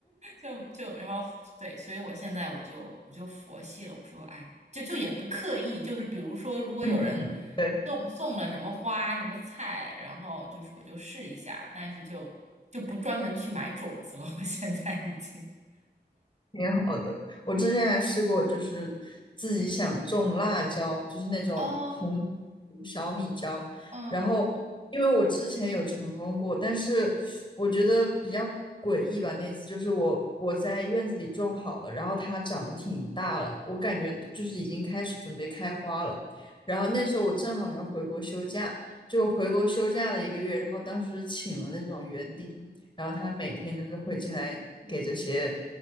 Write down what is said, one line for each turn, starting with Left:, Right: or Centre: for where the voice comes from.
Right: 就就然后对，所以我现在我就我就佛系了，我说哎，就就也不刻意，就是比如说如果有人
Left: 嗯嗯，对
Right: 送送了什么花、什么菜，然后就是我就试一下，但是就就不专门去买种子了，我现在已经。
Left: 挺好的。我之前还试过，就是自己想种辣椒，就是那种红
Right: 哦，
Left: 小米椒。
Right: 嗯
Left: 然后，因为我之前有成功过，但是我觉得比较诡异吧。那次就是我我在院子里种好了，然后它长得挺大了，我感觉就是已经开始准备开花了。然后那时候我正好要回国休假，就回国休假了一个月，然后当时请了那种园丁，然后他每天就是会进来给这些。